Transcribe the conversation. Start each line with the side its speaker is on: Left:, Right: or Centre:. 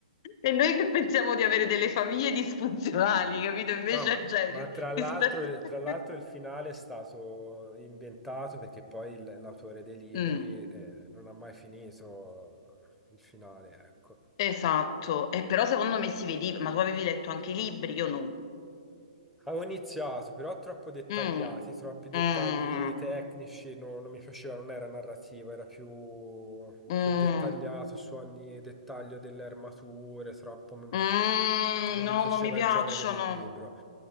Left: E noi che pensiamo di avere delle famiglie disfunzionali, capito? Invece,
Centre: No, ma,
Left: cioè,
Centre: ma
Left: ris-
Centre: tra l'altro
Left: rispe- <laughs>
Centre: tra l'altro il finale è stato inventato perché poi il- l'autore dei libri
Left: Mm.
Centre: eh, non ha mai finito il finale, ecco.
Left: Esatto, e però secondo me si vedeva, ma tu avevi letto anche i libri, io no.
Centre: Avevo iniziato, però troppo dettagliati,
Left: Mm,
Centre: troppi dettagli
Left: mm,
Centre: tecnici, no- non mi piaceva, non era narrativa, era più,
Left: mm,
Centre: più dettagliato
Left: mm,
Centre: su ogni dettaglio delle armature, troppo... m-
Left: Mm.
Centre: Non
Left: no,
Centre: mi piaceva
Left: non mi piacciono.
Centre: il genere del libro,